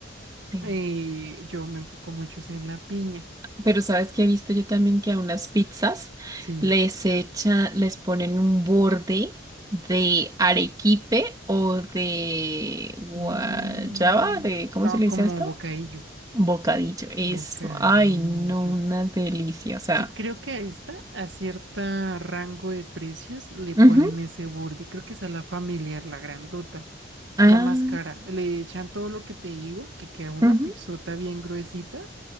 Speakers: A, on the right; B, on the right.
A: Sí.
B: eh, yo me enfoco mucho es en la piña.
A: Pero sabes que he visto yo también que a unas pizzas
B: Sí.
A: les echa, les ponen un borde de arequipe o de guayaba,
B: Mm,
A: de, ¿cómo
B: no,
A: se le dice
B: como
A: esto?
B: bocadillo.
A: Bocadillo. Eso.
B: Bocadillo.
A: Ay, no, una delicia. O sea.
B: Sí, creo que a esta, a cierta rango de precios, le
A: ujú.
B: ponen ese borde. Creo que esa es la familiar, la grandota,
A: Ah.
B: la más cara. Le echan todo lo que te digo, que queda una
A: ujú.
B: pixota bien gruesita,